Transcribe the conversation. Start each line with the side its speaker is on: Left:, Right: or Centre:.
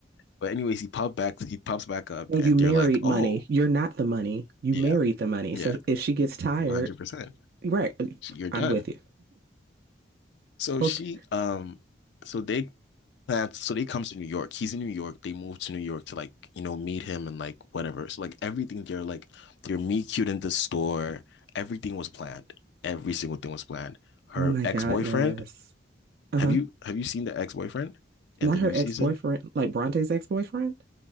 Left: But anyways, he popped back. He pops back up,
Right: And
Left: and
Right: you married
Left: they're like,
Right: money.
Left: "Oh,
Right: You're not the money. You
Left: yeah,
Right: married the money.
Left: yeah,
Right: So if she gets tired,
Left: one hundred percent.
Right: right,
Left: You're done."
Right: I'm with you.
Left: So
Right: Okay.
Left: she, um, so they plans. So they comes to New York. He's in New York. They move to New York to like you know meet him and like whatever. So like everything, they're like they're meet cute in the store. Everything was planned. Every single thing was planned. Her
Right: Oh my
Left: ex
Right: goodness.
Left: boyfriend.
Right: Uh
Left: Have
Right: huh.
Left: you have you seen the ex boyfriend in
Right: Not
Left: the
Right: her
Left: new
Right: ex
Left: season?
Right: boyfriend, like Bronte's ex boyfriend.